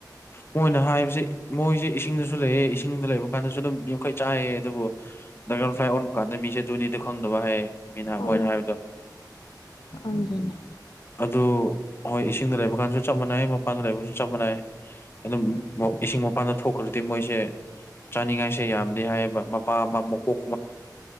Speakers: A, on the left (about 30°); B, on the left (about 80°).
A: ꯃꯣꯏꯅ ꯍꯥꯏꯕꯁꯦ ꯃꯣꯏꯁꯦ ꯏꯁꯤꯡꯗꯁꯨ ꯂꯩꯌꯦꯦ ꯏꯁꯤꯡꯗ ꯂꯩꯕ ꯀꯥꯟꯗꯁꯨ ꯑꯗꯨꯝ ꯌꯥꯈꯩ ꯆꯥꯏꯑꯌꯦ ꯑꯗꯨꯕꯨ ꯗꯔꯒꯔꯟ ꯐ꯭ꯂꯥꯏ ꯑꯣꯟꯕ ꯀꯥꯟꯗ ꯃꯤꯁꯦ ꯑꯗꯨꯅꯤꯗꯣꯪꯕ ꯍꯥꯏꯌꯦ ꯃꯤꯅ
B: ꯑ
A: ꯃꯣꯏꯅ ꯍꯥꯏꯕꯗꯣ
B: ꯈꯪꯖꯅꯦ
A: ꯑꯗꯨ ꯍꯣꯏ ꯏꯁꯤꯡꯗ ꯂꯩꯕ ꯀꯥꯟꯁꯨ ꯆꯞ ꯃꯥꯟꯅꯩ ꯃꯄꯥꯟꯗ ꯂꯩꯕꯁꯨ ꯆꯞ ꯑꯗꯨꯝ
B: ꯎꯝ
A: ꯏꯁꯤꯡ ꯃꯄꯥꯟꯗ ꯊꯣꯛꯈ꯭ꯔꯗꯤ ꯃꯣꯏꯁꯦ ꯆꯥꯅꯤꯡꯉꯥꯏꯁꯦ ꯌꯥꯝꯗꯦ ꯍꯥꯏꯌꯦꯕ ꯃꯄꯥ ꯑꯃ ꯃꯀꯣꯛ